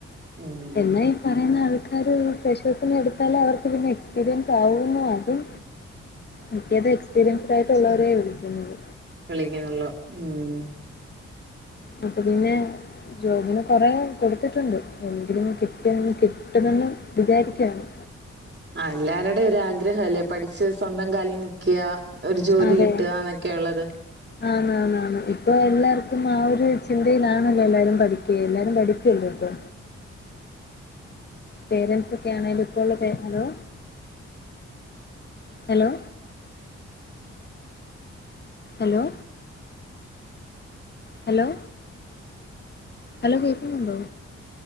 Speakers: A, on the right; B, on the left.
A: ഉം
B: എന്നാ ഈ പറയുന്ന അവൾക് ആ ഒരു ഫ്രഷഴ്സിനെ എടുത്താൽ അവർക്ക് പിന്നെ എക്സ്പീരിയൻ താവുമോ അതും മിക്കത് എക്സ്പീരിൻസ്ഡ് ആയിട്ടുള്ളവരേ <unintelligible> <inaudible>
A: വിളിക്കന്നൊള്ളു ഊം
B: അപ്പൊ പിന്നെ ജോബിനു കൊറേ കൊടുത്തിട്ടൊണ്ട് എങ്കിലും കിട്ടിയന്ന് കിട്ടുമെന്ന് വിചാരിക്കുവാണ്
A: ആ എല്ലാരടെ ഒരു ആഗ്രഹം അല്ലേ പഠിച്ച് സ്വന്തം കാലി നിക്ക്യ ഒരു ജോലി
B: അതെ
A: കിട്ടുകന്നൊക്കെ ഒള്ളത്
B: ആന്ന് ആന്ന് ആന്ന്. ഇപ്പൊ എല്ലാർക്കും ആ ഒരു ചിന്തയിലാണല്ലോ എല്ലാരും പഠിക്കെ എല്ലാരും പഠിക്കല്ലോ ഇപ്പൊ പേരൻസ് ഒക്കെ ആണേലും ഇപ്പോള്ള പെ hello hello hello hello hello കേക്കുന്നുണ്ടോ?